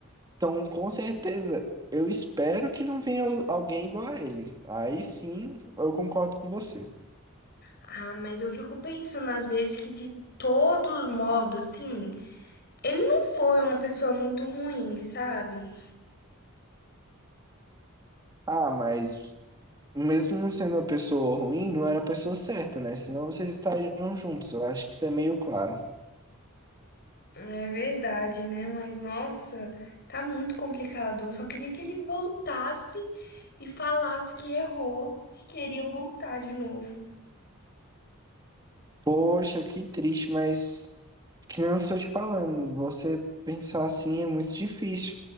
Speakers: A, on the right; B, on the left.
A: Então, com certeza, eu espero que não venha alguém igual a ele. Aí sim, eu concordo com você.
B: Ah, mas eu fico pensando às vezes que de todo modo, assim, ele não foi uma pessoa muito ruim, sabe?
A: Ah, mas mesmo não sendo uma pessoa ruim, não era a pessoa certa, né? Senão vocês estariam juntos. Eu acho que isso é meio claro.
B: É verdade, né? Mas nossa, tá muito complicado. Eu só queria que ele voltasse e falasse que errou, que queria voltar de novo.
A: Poxa, que triste, mas Que nem eu estou te falando, você pensar assim é muito difícil.